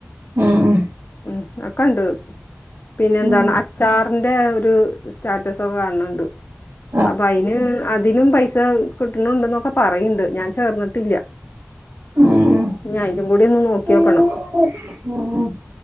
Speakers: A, on the right; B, on the left.
A: ഉം
B: ഉം ഒക്കണ്ട് പിന്നെ എന്താണ്
A: ഉം ഉം
B: അച്ചാറിന്റെ ഒരു സ്റ്റാറ്റസൊക്കെ കാണണ് ഇണ്ട്.
A: ഉ <inaudible>
B: അപ്പൊ അയിന് അതിനും പൈസ കിട്ടണണ്ട്ന്നൊക്കെ പറയണ്ട് ഞാൻ ചേർന്നിട്ടില്ലാ
A: ഉം
B: ഇഞ്ഞി അയിലും കൂടി ഒന്ന് നോക്ക്യോക്കണം
A: ഉം